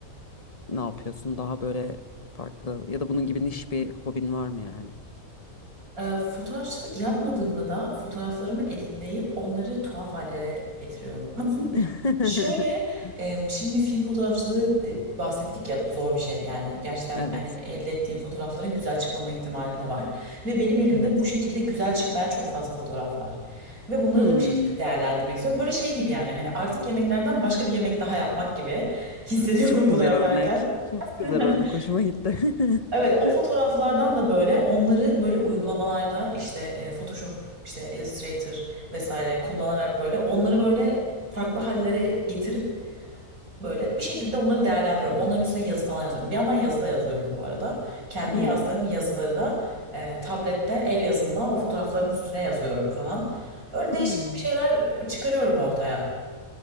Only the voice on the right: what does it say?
Ee, fotoğrafçılık yapmadığımda da fotoğraflarımı editleyip onları tuhaf hallere getiriyorum. <laughs>
Şöyle e, şimdi film fotoğrafçılığı de- bahsettik ya zor bir şey yani gerçekten
hani elde ettiğim fotoğrafların güzel çıkmama ihtimali de var ve benim elimde
bu şekilde güzel çıkmayan çok fazla fotoğraf var ve bunları
da bir şekilde değerlendirmek istiyorum böyle şey gibi yani hani artık yemeklerden başka bir yemek daha yapmak gibi <laughs> hissediyorum
bunu
yaparken.
<laughs>
Evet o fotoğraflardan da böyle onları böyle uygulamalarda işte e, Photoshop, işte Illustrator vesaire kullanarak böyle onları böyle farklı hallere getirip böyle bir şekilde onları değerlendiriyorum. Onların üstüne yazı falan yazıyorum. Bir yandan yazı da yazıyorum bu arada. Kendi
yazdığım yazıları da e, tablette el yazımla o fotoğrafların üstüne yazıyorum falan. Öyle değişik
bir şeyler çıkarıyorum ortaya.